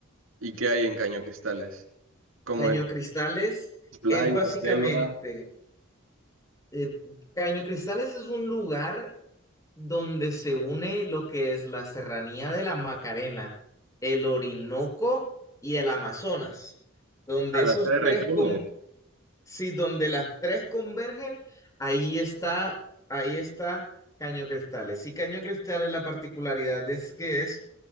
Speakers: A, on the right (about 75°); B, on the left (about 15°).
A: ¿Y qué hay en Caño Cristales? ¿Cómo
B: Caño
A: es?
B: Cristales
A: ¿Playa,
B: es básicamente,
A: selva?
B: eh, Caño Cristales es un lugar donde se une lo que es la Serranía de la Macarena, el Orinoco y el Amazonas donde
A: A
B: esos
A: las tres
B: tres,
A: regiones.
B: com- Sí, donde las tres convergen, ahí está, ahí está Caño Cristales. Y Caño Cristales, la particularidad es que es